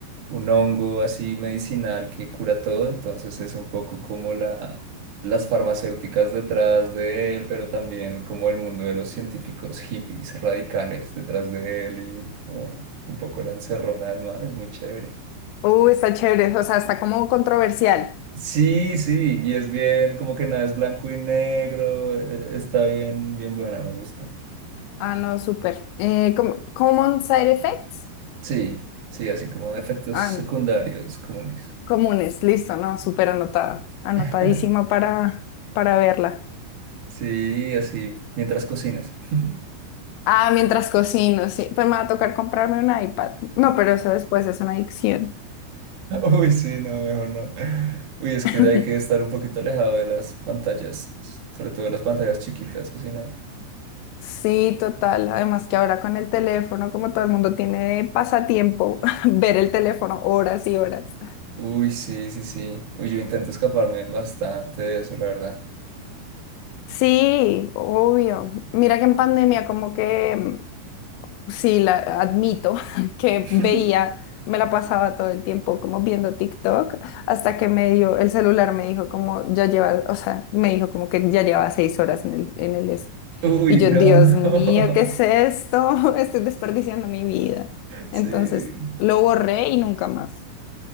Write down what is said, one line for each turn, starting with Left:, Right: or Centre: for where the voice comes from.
Right: un hongo así medicinal que cura todo, entonces es un poco como la, las farmacéuticas detrás de él, pero también como el mundo de los científicos hippies radicales detrás de él y como un poco la encerrona del man, es muy chévere.
Left: Uh, está chévere. O sea, está como controversial.
Right: Sí, sí, y es bien, como que nada es blanco y negro, e- está bien, bien buena, me gusta.
Left: Ah, no, súper. Eh, ¿cómo- Common Side Effects?
Right: Sí, sí, así como efectos
Left: Ah,
Right: secundarios
Left: no.
Right: comunes.
Left: Comunes, listo, ¿no? Súper anotada, anotadísima
Right: <laughs>
Left: para, para verla.
Right: Sí, así mientras cocinas. <laughs>
Left: Ah, mientras cocino, sí, pues me va a tocar comprarme un iPad. No, pero eso después es una adicción.
Right: Uy, sí, no, mejor no. Uy, es
Left: <laughs>
Right: que hay que estar un poquito alejado de las pantallas, sobre todo de las pantallas chiquitas, o si no.
Left: Sí, total. Además que ahora con el teléfono, como todo el mundo tiene de pasatiempo, <laughs> ver el teléfono horas y horas.
Right: Uy, sí, sí, sí. Uy, yo intento escaparme bastante de eso, la verdad.
Left: Sí, obvio. Mira que en pandemia como que mm, Sí, la, admito <laughs> que
Right: <laughs>
Left: veía, me la pasaba todo el tiempo como viendo TikTok, hasta que me dio, el celular me dijo como, ya lleva, o sea, me dijo como que ya lleva seis horas en el, en el este.
Right: Uy,
Left: Y yo,
Right: no.
Left: Dios
Right: <laughs>
Left: mío, ¿qué es esto? <laughs> Estoy desperdiciando mi vida.
Right: Sí.
Left: Entonces, lo borré y nunca más.